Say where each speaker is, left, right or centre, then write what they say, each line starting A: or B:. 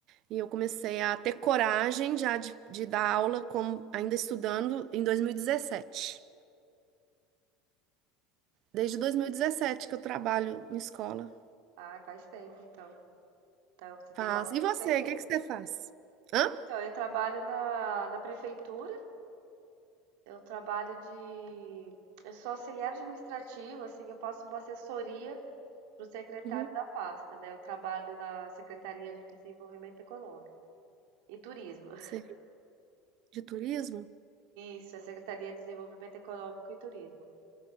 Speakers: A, on the right (about 50°); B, on the right (about 75°).
A: E eu comecei a ter coragem já de, de dar aula como ainda estudando em 2017. Desde 2017 que eu trabalho em escola.
B: Ah, faz tempo então. Então você tem
A: Faz.
B: uma ampla
A: E você,
B: experiência.
A: o que é que você faz? Hã?
B: Então, eu trabalho na, na prefeitura, eu trabalho de. Eu sou auxiliar administrativo, assim, eu faço uma assessoria para o secretário
A: Uhum.
B: da pasta, né? Eu trabalho na Secretaria de Desenvolvimento Econômico e Turismo. <laughs>
A: Você é de turismo?
B: Isso, é Secretaria de Desenvolvimento Econômico e Turismo.